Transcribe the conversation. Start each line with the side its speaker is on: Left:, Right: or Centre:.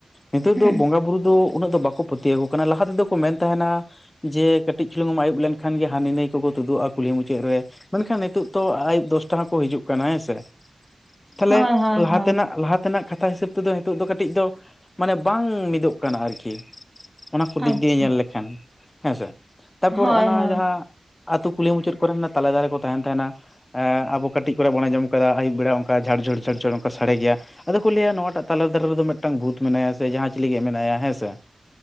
Left: ᱱᱤᱛᱚᱜ
Centre: ᱦᱩᱸ
Left: ᱫᱚ ᱵᱚᱸᱜᱟ ᱵᱩᱨᱩ ᱫᱚ ᱩᱱᱟᱹᱜ ᱫᱚ ᱵᱟᱠᱚ ᱯᱟᱹᱛᱭᱟᱹᱣ ᱟᱠᱚ ᱠᱟᱱᱟ ᱞᱟᱦᱟ ᱛᱮᱫᱚ ᱠᱚ ᱢᱮᱱ ᱛᱟᱦᱮᱸᱱᱟ ᱡᱮ ᱠᱟᱹᱴᱤᱡ ᱪᱩᱞᱩᱝ ᱮᱢ ᱟᱹᱩᱵ ᱞᱮᱱ ᱠᱷᱟᱱ ᱜᱮ ᱦᱟᱹᱱᱤ ᱱᱟᱹᱭ ᱠᱚᱠᱚ ᱛᱩᱫᱩᱜᱼᱟ ᱠᱩᱞᱦᱤ ᱢᱩᱪᱟᱹᱫ ᱨᱮ ᱢᱮᱱᱠᱷᱟᱱ ᱱᱤᱛᱚᱜ ᱛᱚ ᱟᱹᱭᱩᱵ ᱫᱚᱥᱴᱟ ᱦᱚᱸᱠᱚ ᱦᱤᱡᱩᱜ ᱠᱟᱱᱟ ᱦᱮᱸ ᱥᱮ ᱛᱟᱦᱚᱞᱮ
Centre: ᱦᱳᱭ ᱦᱳᱭ
Left: ᱞᱟᱦᱟ
Centre: ᱦᱳᱭ
Left: ᱛᱮᱱᱟᱜ ᱞᱟᱦᱟ ᱛᱮᱱᱟᱜ ᱠᱟᱛᱷᱟ ᱦᱤᱥᱟᱹᱵ ᱛᱮᱫᱚ ᱱᱤᱛᱚᱜ ᱫᱚ ᱠᱟᱹᱴᱤᱡ ᱫᱚ ᱢᱟᱱᱮ ᱵᱟᱝ ᱢᱤᱫᱚᱜ ᱠᱟᱱᱟ ᱟᱨᱠᱤ ᱚᱱᱟ ᱠᱚ
Centre: ᱟᱪᱪᱷᱟ
Left: ᱫᱤᱠ ᱫᱤᱭᱮ ᱧᱮᱞ ᱞᱮᱠᱷᱟᱱ ᱦᱮᱸ ᱥᱮ ᱛᱟᱨᱯᱚᱨ
Centre: ᱦᱳᱭ
Left: ᱚᱱᱟ
Centre: ᱦᱳᱭ
Left: ᱡᱟᱦᱟᱸ ᱟ ᱟᱹᱛᱩ ᱠᱩᱞᱦᱤ ᱢᱩᱪᱟᱹᱫ ᱠᱚᱨᱮ ᱛᱟᱞᱮ ᱫᱟᱨᱮ ᱠᱚ ᱛᱟᱦᱮᱱ ᱛᱟᱦᱮᱱᱟ ᱟᱵᱚ ᱠᱟᱹᱴᱤᱡ ᱠᱚᱨᱮ ᱵᱚᱱ ᱟᱧᱡᱚᱢ ᱠᱚ ᱟᱹᱭᱩᱵ ᱵᱮᱲᱟ ᱚᱱᱠᱟ ᱡᱷᱟᱲ ᱡᱷᱩᱲ ᱡᱷᱟᱲ ᱡᱷᱩᱲ ᱚᱱᱠᱟ ᱥᱟᱰᱮ ᱜᱮᱭᱟ ᱟᱫᱚ ᱠᱚ ᱞᱟᱹᱭᱟ ᱱᱚᱣᱟᱴᱟᱜ ᱛᱟᱞᱮ ᱫᱟᱨᱮ ᱨᱮᱫᱚ ᱢᱤᱫᱴᱟᱝ ᱵᱷᱩᱛ ᱢᱮᱱᱟᱭᱟ ᱥᱮ ᱡᱟᱸᱦᱟᱪᱤᱞᱤ ᱢᱮᱱᱟᱭᱟ ᱦᱮᱸ ᱥᱮ